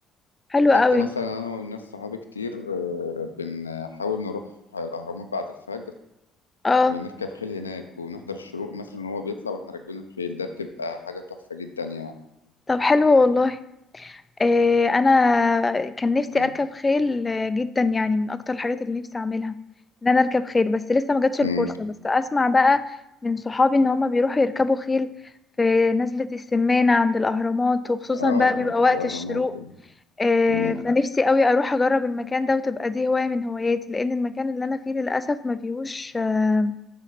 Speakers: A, on the left; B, on the left.
A: حلوة
B: حتى
A: قوي
B: مثلا انا والناس صحابي كتير آه، بنحاول نروح الاهرامات بعد الفجر
A: اه
B: ونركب خيل هناك ونحضر الشروق مثلا وهو بيطلع واحنا راكبين الخيل ده بتبقى حاجة تحفة جدا يعني
A: طب حلو والله آه، انا كان نفسي
B: م-
A: اركب خيل آه، جدا يعني من اكتر الحاجات اللي نفسي اعملها ان انا اركب خيل بس لسه ما جاتش الفرصه
B: م.
A: بس اسمع بقى من صحابي ان هما بيروحوا يركبوا خيل في نزلة السمانة عند الاهرامات وخصوصا
B: اه
A: بقى بيبقى وقت
B: في الاهرامات
A: الشروق
B: يعني.
A: آه،
B: م-
A: فنفسي قوي اروح اجرب المكان ده وتبقى دي هوايه من هواياتي لان المكان اللي انا فيه للاسف ما فيهوش آه،